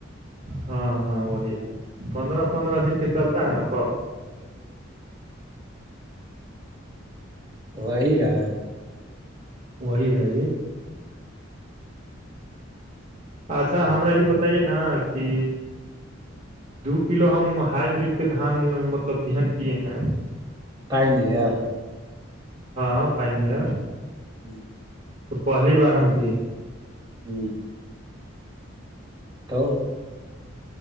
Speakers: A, on the right (about 35°); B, on the right (about 20°).
A: ہاں ہاں وہی ہے پندرہ پندرہ دن کے چلتا ہے نا پک
B: وہی ہے
A: وہی ہے جی اچھا
B: پتا
A: ہمار یہ بتائیے نا کہ دو کلو ہم ہائی بریڈ کے دھان مطلب بہن کیے ہیں
B: فائن ایئر
A: ہاں پائن اور
B: ہوں
A: تو پہلی بار ہم کیے
B: ہوں تو